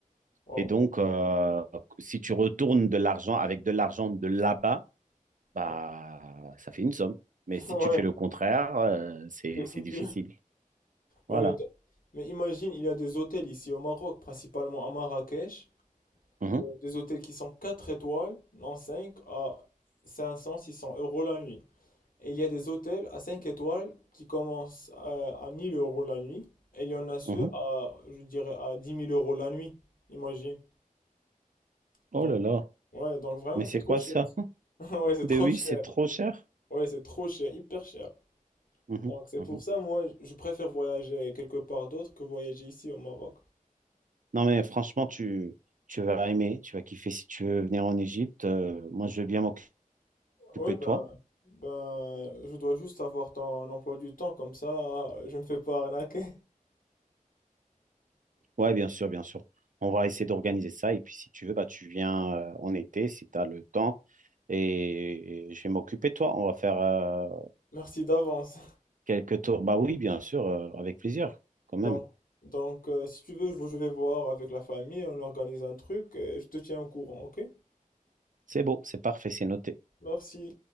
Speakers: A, on the left; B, on the right.
A: oh,
B: Et donc, euh, si tu retournes de l'argent avec de l'argent de là-bas, bah,
A: ouais,
B: ça fait une somme. Mais
A: <laughs>
B: si
A: ouais,
B: tu fais le contraire, euh, c'est
A: c'est
B: c'est
A: foutu.
B: difficile. Voilà.
A: Ouais, mais, mais imagine, il y a des hôtels ici au Maroc, principalement à Marrakech,
B: Mhm,
A: de- des hôtels qui sont 4 étoiles, non 5 à cinq cents six cents euros la nuit. Et il y a des hôtels à 5 étoiles qui commencent à, à 1000 euros la nuit, et il y en a ceux
B: mhm.
A: à, je dirais, à dix mille euros la nuit, imagine.
B: Oh
A: Donc,
B: là là.
A: ouais, donc vraiment,
B: Mais
A: c'est
B: c'est
A: trop
B: quoi
A: cher.
B: ça?
A: ici.
B: <laughs>
A: <laughs> Ouais, c'est
B: Ben
A: trop
B: oui,
A: cher.
B: c'est trop cher.
A: Ouais, c'est trop cher, hyper cher.
B: Mhm,
A: Donc, c'est
B: mhm.
A: pour ça, moi, je préfère voyager quelque part d'autre que voyager ici au Maroc.
B: Non, mais franchement, tu, tu vas aimer, tu vas kiffer si tu veux venir en Égypte. euh, moi, je veux bien m'occuper
A: Ouais, ben,
B: de toi.
A: ben, je dois juste avoir ton emploi du temps, comme ça, je me fais pas arnaquer.
B: Ouais, bien sûr, bien sûr. On va essayer d'organiser ça. Et puis, si tu veux, bah, tu viens euh, en été, si tu as le temps. Et, et je vais m'occuper de toi. On va faire euh,
A: <laughs> Merci d'avance.
B: quelques tours. Bah oui, bien sûr, euh, avec plaisir, quand
A: Donc,
B: même.
A: donc euh, si tu veux, je je vais voir avec la famille, on organise un truc et je te tiens au courant, ok?
B: C'est beau, c'est parfait, c'est noté.
A: Merci.